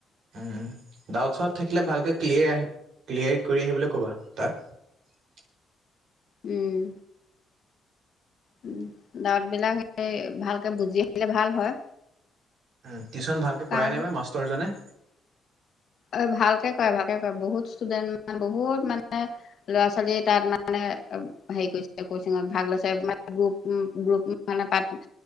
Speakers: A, on the right (about 70°); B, on the left (about 60°).
A: উম ডাউট চাউট থাকিলে ভালকে ক্লিয়া ক্লিয়াৰ কৰি আহিবলৈ ক'বা তাক। <unintelligible>
B: উম। উম দাউতবিলাক হে ভালকে বুজি আহিলে ভাল হয়।
A: উম টিউচন ভালকে কৰাই
B: কাম
A: নে বা মাষ্টৰজনে।
B: অ ভালকে কৰে ভালকে কৰে বহুত ষ্টুডেন্ট মানে বহুত মানে ল'ৰা ছোৱালী তাত মানে হেৰি কৰিছে কচিঙত ভাগ লৈছে মানে গ্ৰুপ গ্ৰুপ মানে পাত